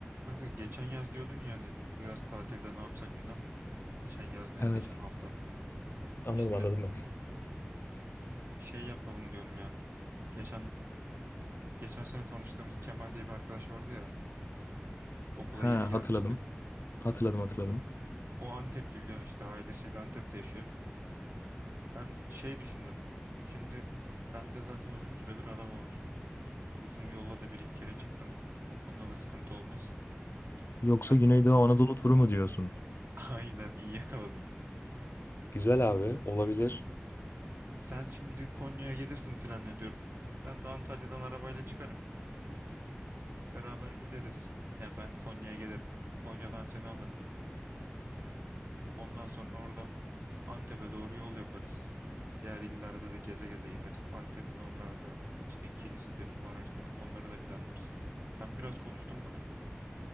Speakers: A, on the right (about 60°); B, on the left (about 60°).
A: Kanka geçen yaz diyordun ya hani bu yaz tatilde ne yapsak filan. Geçen yaz ne
B: Evet.
A: ya? Geçen hafta.
B: Anladım
A: İşte
B: anladım ben.
A: şey yapalım diyorum ya. Geçen geçen sene tanıştığımız Kemal diye bir arkadaş vardı ya. Okula
B: Ha
A: yeni gelmişti.
B: hatırladım. Hatırladım hatırladım.
A: O Antepli biliyorsun işte ailesiyle Antep'te yaşıyor. Ben şey düşündüm. Şimdi bende zaten uzun süredir araba var. Uzun yolla da bir iki kere çıktım. O konuda da sıkıntı olmaz.
B: Yoksa
A: Sen
B: Güneydoğu Anadolu turu mu diyorsun?
A: <laughs> aynen iyi yakaladın.
B: Güzel
A: Şimdi
B: abi olabilir.
A: sen şimdi Konya'ya gelirsin trenle diyorum. Ben de Antalya'dan arabayla çıkarım. Beraber gideriz. Ya ben Konya'ya gelirim. Konya'dan seni alırım. Ondan sonra oradan Antep'e doğru yol yaparız. Diğer illerde de geze geze gideriz. Antep'in oralarda işte Kilis'tir, Maraş'tır onları da planlarız. Ben biraz konuştum bunu.